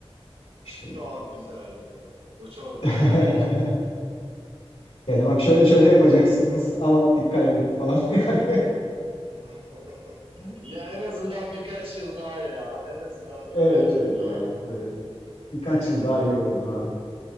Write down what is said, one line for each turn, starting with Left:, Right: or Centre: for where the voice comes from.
Left: İşte
Right: Çok güzeldi bu. Bu çok
Left: <laughs>
Right: güzeldi.
Left: yani bak şöyle şöyle yapacaksınız ama dikkat edin falan <laughs> yani.
Right: <laughs> Ya en azından birkaç yıl daha ya. En azından
Left: Evet
Right: birkaç
Left: evet
Right: yıl daha.
Left: yani şöyle birkaç yıl daha iyi olurdu abi.